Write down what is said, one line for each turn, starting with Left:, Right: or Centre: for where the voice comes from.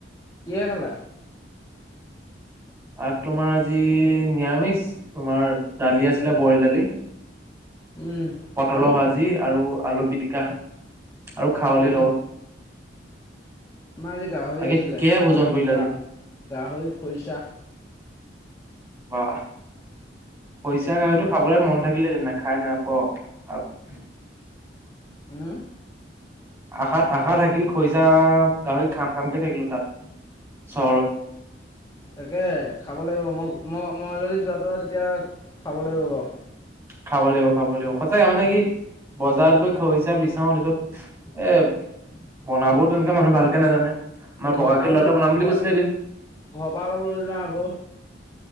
Left: কিহে খালা।
Right: আ, তোমাৰ আজি নিৰামিষ তোমাৰ দালি আছিলে বইল দালি।
Left: উম,
Right: পটলৰ
Left: আৰু
Right: ভাজি আৰু আলু পিটিকা আৰু খাৱলি
Left: ঠিকে আছে
Right: লগত।
Left: আমাৰ আজি গাহৰি
Right: বাকী
Left: আছিলে,
Right: কিহে ভোজন কৰিলা
Left: গা
Right: আজি?
Left: গাহৰি খৰিচা।
Right: বা খৰিচা গাহৰিতটো খাবলৈ মন থাকিলেদি খাই নাপ <unintelligible>
Left: উম, উম,
Right: আশাত আশা থাকিল খৰিচা গাহৰি খাম খামকে থাকিলো তাত, চহৰত।
Left: তাকে খাব লাগিব মই মই মই যদি যোৱাটো হয়, তেতিয়া খাব লাগিব বাৰু।
Right: খাব লাগিব খাব লাগিব সঁচাকে মানে কি বজাৰত গৈ খছা বিচাৰছত এ বনাবও তেনেকে মানুহ ভালকে নাজানে আমাৰ
Left: ঘৰৰ
Right: বগাকেই
Left: পৰা অলপ
Right: ল'ৰাট বনাম বুলি
Left: ঘৰ
Right: কৈছিলে এদিন
Left: ঘৰৰ পৰা অলপ লৈ যোৱাওঁ আকৌ